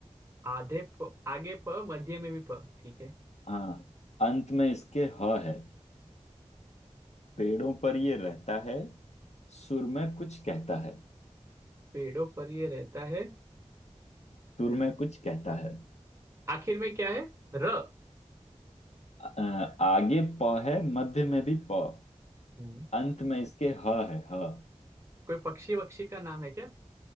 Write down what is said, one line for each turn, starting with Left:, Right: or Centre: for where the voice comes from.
Right: आधे प, आगे प मध्य में भी प ठीक है
Left: हाँ अंत में इसके ह है पेड़ों पर ये रहता है सुर में कुछ कहता है
Right: पेड़ों पर ये रहता है
Left: सुर में कुछ कहता है
Right: आखिर में क्या है र
Left: अ, आगे प है मध्य में भी प
Right: हम्म,
Left: अंत में इसके ह है ह
Right: कोई पक्षी वक्षी का नाम है क्या